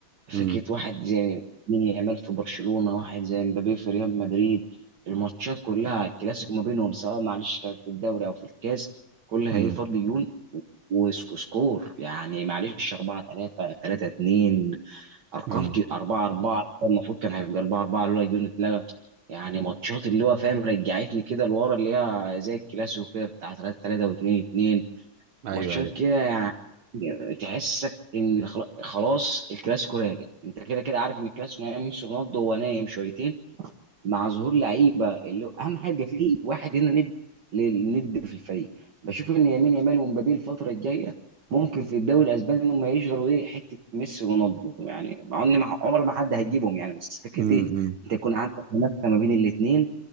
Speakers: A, on the right; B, on the right.
A: فكرة
B: امم
A: واحد زي مين يامال في برشلونة واحد زي مبابي في ريال مدريد الماتشات كلها الكلاسيكو ما بينهم سواء معلش كانت في الدوري أو في الكاس كلها
B: امم
A: هي فرق ديون وسكور يعني معلش 4 3 3 2 أرقام
B: امم
A: كده 4 4 المفروض كان هيبقى 4 4 لولا ديون اتلغى يعني ماتشات اللي هو فاهم رجعتني كده لورا اللي هي زي الكلاسيكو كده بتاع 3 3 و2 2
B: ايوه
A: ماتشات
B: ايوه
A: كده يعني تحسك ان خلا- خلاص الكلاسيكو راجع انت كده كده عارف ان الكلاسيكو ما يمشي رونالدو هو نايم شويتين مع ظهور لعيبه اللي هو اهم حاجه فيه واحد هنا ند للند في الفريق بشوف ان يمين يامال ومبابي الفتره الجايه ممكن في الدوري الاسباني ان هم يشغلوا ايه حته ميسي ورونالدو يعني مع ان ما- عمر ما حد هيجيبهم يعني بس فكره
B: امم
A: ايه
B: امم
A: انت يكون عندك منافسه ما بين الاثنين